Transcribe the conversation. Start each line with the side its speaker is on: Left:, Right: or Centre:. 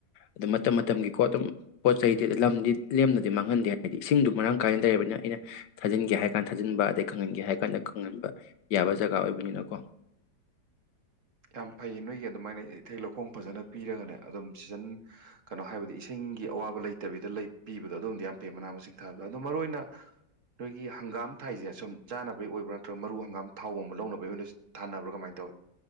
Left: ꯑꯗꯨꯝ ꯃꯇꯝ ꯃꯇꯝꯒꯤꯀꯣ ꯑꯗꯨꯝ ꯄꯣꯠ ꯆꯩꯗꯤ ꯂꯝꯗꯤ ꯂꯦꯝꯅꯗꯤ ꯃꯥꯡꯍꯟꯗꯦ ꯍꯥꯏꯕꯗꯤ ꯏꯁꯤꯡꯗꯨ ꯃꯔꯥꯡ ꯀꯥꯏꯅ ꯂꯩꯔꯕꯅꯤꯅ ꯑꯩꯅ ꯊꯥꯖꯤꯟꯒꯦ ꯍꯥꯏ ꯀꯥꯟꯗ ꯊꯥꯖꯤꯟꯕ ꯑꯗꯩ ꯈꯪꯍꯟꯒꯦ ꯍꯥꯏ ꯀꯥꯟꯗ ꯈꯪꯍꯟꯕ ꯌꯥꯕ ꯖꯒꯥ ꯑꯣꯏꯕꯅꯤꯅꯀꯣ
Right: ꯌꯥꯝ ꯐꯩ ꯅꯣꯏꯒꯤ ꯑꯗꯨꯃꯥꯏꯅ ꯏꯊꯩ ꯂꯧꯈꯣꯡ ꯐꯖꯅ ꯄꯤꯔꯒꯅꯦ ꯑꯗꯨꯝ ꯁꯤꯖꯟ ꯀꯩꯅꯣ ꯍꯥꯏꯕꯗꯤ ꯏꯁꯤꯡꯒꯤ ꯑꯋꯥꯕ ꯂꯩꯇꯕꯤꯗ ꯄꯤꯕꯗꯣ ꯑꯗꯨꯝꯗꯤ ꯌꯥꯝ ꯐꯩ ꯃꯅꯥ ꯃꯁꯤꯡ ꯊꯥꯕꯗ ꯑꯗꯣ ꯃꯔꯨꯑꯣꯏ ꯑꯣꯏꯅ ꯅꯣꯏꯒꯤ ꯍꯪꯒꯥꯝ ꯊꯥꯏꯁꯦ ꯁꯨꯝ ꯆꯥꯅꯕꯒꯤ ꯑꯣꯏꯕ꯭ꯔꯥ ꯅꯠꯇ꯭ꯔꯒ ꯃꯔꯨ ꯍꯪꯒꯥꯝ ꯊꯥꯎꯒꯨꯝꯕ ꯂꯧꯅꯕꯒꯤ ꯑꯣꯏꯅ ꯊꯥꯅꯕ꯭ꯔꯥ ꯀꯃꯥꯏꯅ ꯇꯧꯋꯦ